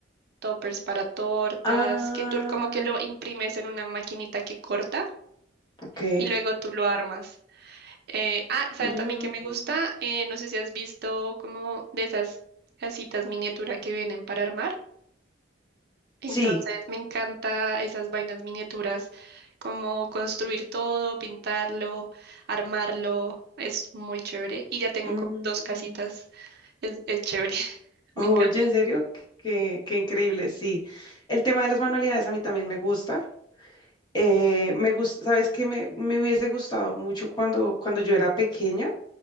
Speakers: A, on the right; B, on the left.
A: toppers para tortas,
B: Ah,
A: que tú como que lo imprimes en una maquinita que corta
B: ok.
A: y luego tú lo armas. Eh, ah, ¿sabes
B: Mm,
A: también que me gusta? Eh, no sé si has visto como de esas casitas miniatura que vienen para armar. Entonces
B: sí,
A: me encanta esas vainas miniaturas, como construir todo, pintarlo, armarlo, es muy chévere. Y ya tengo
B: Mm.
A: como dos casitas, es, es chévere, <laughs> me
B: Oye,
A: encanta.
B: en serio, qué, qué increíble. Sí, el tema de las manualidades a mí también me gusta. Eh, me gusta, sabes que me, me hubiese gustado mucho cuando, cuando yo era pequeña,